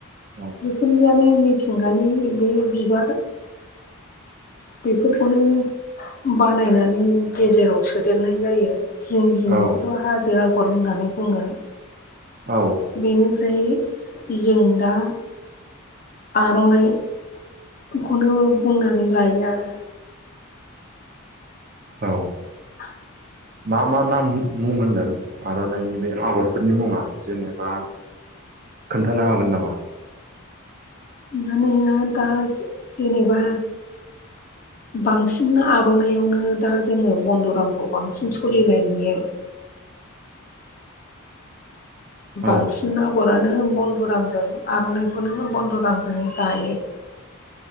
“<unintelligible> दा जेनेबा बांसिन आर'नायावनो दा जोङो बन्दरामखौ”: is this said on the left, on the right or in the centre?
Left